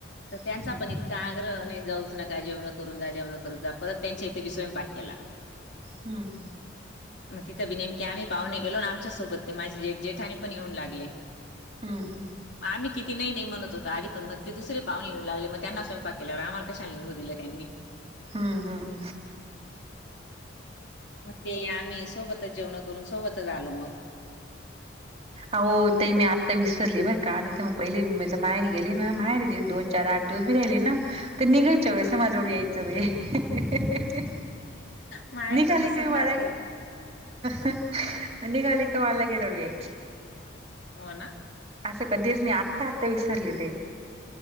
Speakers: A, on the left (about 65°); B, on the right (about 30°).
A: तर त्यांचा
B: हम्म
A: पण
B: हम्म
A: इतका आग्रह नाही जाऊ नका जेवण करून जा जेवण करून जा परत त्यांच्या इथे बी स्वयं पाक केला
B: हम्
A: म तिथं बी नेमके आम्ही पाहणे गेलो आमच्या सोबत ते माझेे जेठाणी पण येऊन लागले
B: हम्म हम्म
A: आम्ही किती नाही म्हणतो आधीण मग ते दुसरे पाहणे येऊ लागले मग त्यांना स्वयंपा केवर आम्हाला कशाला निघू दिलं त्यांनी
B: हम्म हम्
A: मग ते आम्ही सोबतच जेवण करून सोबतच आलो मग
B: अह ते मी आत्ता विसरली बर का नाहीथ मग पहिले मी माझ्या माहेर गेली ना माहेर गे दोन चार आ उभी राहिली ना ते निघायच वेळेस ना माझ्याकड यायचं व
A: माहेरच
B: खाली
A: तसच
B: क
A: राहत
B: मार म्ह खाली का वाळला घेरळू यायच
A: हो ना
B: असं कधीच नाही आत्ता आत्ता विसरली ते